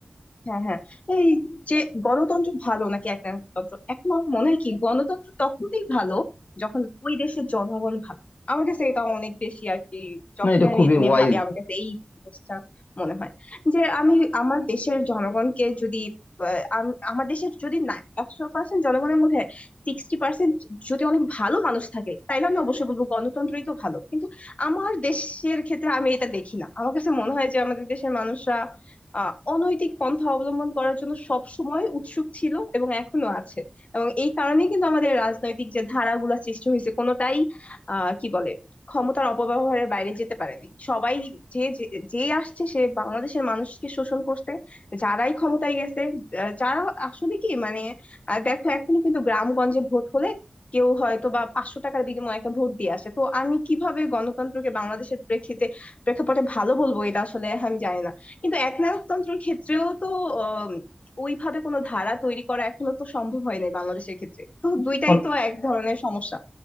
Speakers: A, on the left; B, on the left.
A: হ্যাঁ হ্যাঁ এই যে গণতন্ত্র ভালো নাকি একনায়কতন্ত্র এখন আমার মনে হয় কি গণতন্ত্র তখনই ভালো যখন ওই দেশের জনগণ ভালো আমার কাছে এটা অনেক বেশি আর কি যখন
B: না এটা
A: আমি
B: খুবই
A: এটা নিয়ে
B: ওয়াইজ
A: ভাবি আমার কাছে এই জিনিসটা মনে হয় যে আমি আমার দেশের জনগণকে যদি আহ, আম- আমার দেশের যদি না একশো পার্সেন্ট জনগণের মধ্যে সিক্সটি পার্সেন্ট যদি অনেক ভালো মানুষ থাকে তাইলে আমি অবশ্যই বলবো গণতন্ত্রই তো ভালো কিন্তু আমার দেশের ক্ষেত্রে আমি এটা দেখি না আমার কাছে মনে হয় যে আমাদের দেশের মানুষরা আহ অনৈতিক পন্থা অবলম্বন করার জন্য সব সময় উৎসুক ছিল এবং এখনো আছে এবং এই কারণেই কিন্তু আমাদের রাজনৈতিক যে ধারাগুলা সৃষ্টি হয়েছে কোনোটাই আহ কি বলে ক্ষমতার অপব্যবহারের বাইরে যেতে পারেনি সবাই যে যে যে আসছে সে বাংলাদেশের মানুষকে শোষণ করছে যারাই ক্ষমতায় গেছে আহ, যারা আসলে কি মানে আহ, দেখো এখনো কিন্তু গ্রামগঞ্জে ভোট হলে কেউ হয়তো বা পাঁচশো টাকার বিনিময়ে একটা ভোট দিয়ে আসে তো আমি কিভাবে গণতন্ত্রকে বাংলাদেশের প্রেক্ষিতে প্রেক্ষাপটে ভালো বলবো এটা আসলে আমি জানি না কিন্তু একনায়কতন্ত্রের ক্ষেত্রেও তো আহ, ওইভাবে কোনো ধারা তৈরি করা এখনো তো সম্ভব হয় নাই বাংলাদেশের ক্ষেত্রে তো দুইটাই
B: হ্যাঁ
A: তো এক ধরনের সমস্যা